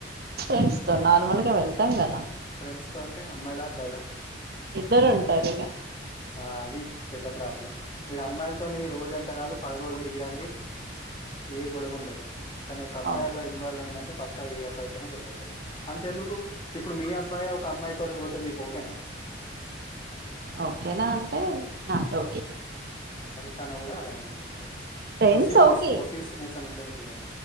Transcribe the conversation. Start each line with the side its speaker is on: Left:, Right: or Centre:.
Right: ఫ్రెండ్స్తో నార్మల్గా వెళ్తాం గదా.
Left: ఫ్రెండ్స్ తో అంటే అమ్మాయిలా అబ్బాయిలా.
Right: ఇద్దరు ఉంటారు ఇగ
Left: ఆ అది పెద్ద ప్రాబ్లం. మీరు అమ్మాయిలతోని రోజంతా కాదు, పది రోజులు తిరిగి రండి. ఏ గొడవ్ ఉండదు. కానీ ఒక అబ్బాయి
Right: అవును
Left: అలా ఇన్వాల్వ్ అయినంటే పక్కా ఏ అబ్బాయికైనా గొడవైతద్. అంతెందుకు ఇప్పుడు మీ అబ్బాయి ఒక అమ్మాయి తోటి బోతే మీకు ఓకేనా.
Right: ఓకేనా అంటే నాట్ ఓకే.
Left: తాను గూడా అలానే అనుకుంటాడ్.
Right: ఫ్రెండ్స్
Left: పోసివునేస్
Right: ఓకే
Left: పోసివ్సేస్ అన్ ఉంటదిగా